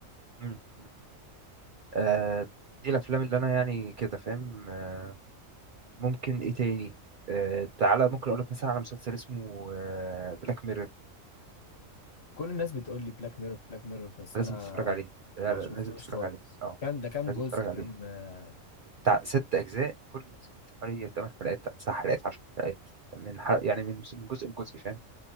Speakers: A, on the right; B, on the left.
A: مم، مم. آه، دي الافلام اللي انا يعني كده فاهم آه، ممكن ايه تاني آه، تعالى ممكن اقول لك مثلا على مسلسل اسمه بلاك ميرور
B: كل الناس بتقول لي بلاك ميرور بلاك ميرور بس
A: لازم
B: انا
A: تتفرج عليه لا
B: ما
A: لا
B: شفتوش
A: لازم تتفرج
B: خالص
A: عليه اه
B: كان ده كام
A: لازم
B: جزء
A: تتفرج
B: كام
A: عليه
B: آه،
A: بتاع ست أجزاء كل جزء فيه حوالي 8 حلقات 9 حلقات 10 حلقات من حلق يعني من من جزء لجزء فاهم